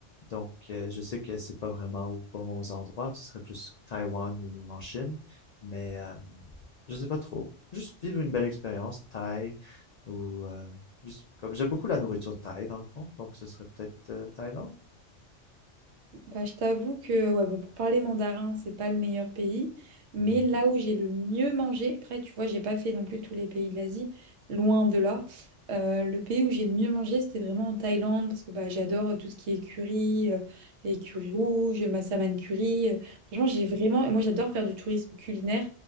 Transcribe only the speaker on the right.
Bah, je t'avoue que ouais, bon, pour parler mandarin, c'est pas le meilleur pays, mais
là où j'ai le mieux mangé, après, tu vois, j'ai pas fait non plus tous les pays de l'Asie, loin de là. Euh, le pays où j'ai le mieux mangé, c'était vraiment en Thaïlande, parce que bah, j'adore euh, tout ce qui est curry, euh, les currys rouges, le massaman curry. euh. Franchement, j'ai vraiment, et moi j'adore faire du tourisme culinaire,